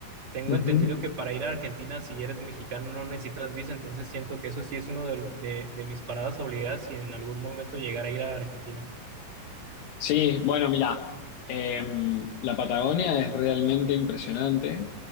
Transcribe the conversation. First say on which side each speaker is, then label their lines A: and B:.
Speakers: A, on the right; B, on the left.
A: Tengo
B: ujú.
A: entendido que para ir a Argentina, si eres mexicano, no necesitas visa, entonces siento que eso sí es uno de, de de mis paradas obligadas si en algún momento llegara a ir a Argentina.
B: Sí, bueno, mira, em, la Patagonia es realmente impresionante.